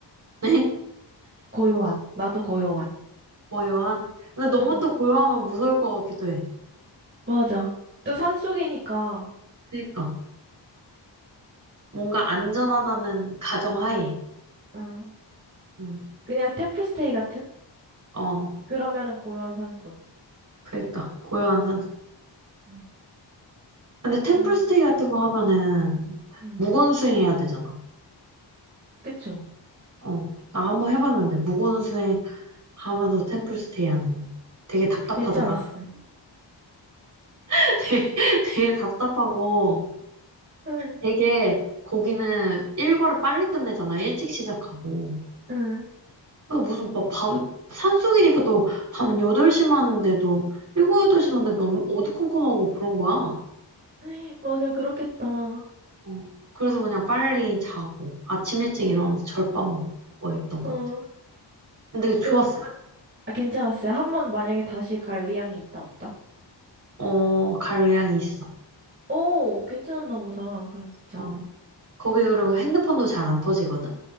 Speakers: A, on the right; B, on the right.
A: 네?
B: 고요한. 나도 고요한.
A: <laughs> 고요한? 근데 너무
B: 응.
A: 또 고요하면 무서울 것 같기도 해.
B: 맞아. 또 산속이니까,
A: 그니까. 뭔가 안전하다는 가정하에.
B: 응.
A: 응.
B: 그냥 템플스테이 같은?
A: 어,
B: 그러면은 고요한 산속.
A: 그니까. 고요한
B: 음,
A: 근데 템플스테이
B: 음,
A: 같은 거 하면은
B: 음.
A: 무건 수행해야 되잖아.
B: 그쵸.
A: 어. 나 한번 해봤는데 무건 수행 하면서 템플스테이 하는 거. 되게 답답하더라.
B: 괜찮았어요.
A: <laughs> 되게, 되게 답답하고
B: 응,
A: 되게 거기는 일과를 빨리 끝내잖아. 일찍 시작하고.
B: 응.
A: 그래서 무슨 막 밤, 산속이니까 또 밤 8시만 하는데도 7, 8시만 데도 너무 어두컴컴하고 그런 거야.
B: 에이, 맞아, 그렇겠다.
A: 어. 그래서 그냥 빨리 자고 아침 일찍
B: 어,
A: 일어나서 절밥 먹고 막 이랬던 것
B: 어.
A: 같아. 근데 좋았어.
B: 그럼, 아, 괜찮았어요. 한 번 만약에 다시 갈 의향이 있다, 없다?
A: 어, 갈 의향이 있어.
B: 오, 괜찮았나 보다. 그럼 진짜.
A: 어. 거기 그리고 핸드폰도 잘 안 터지거든?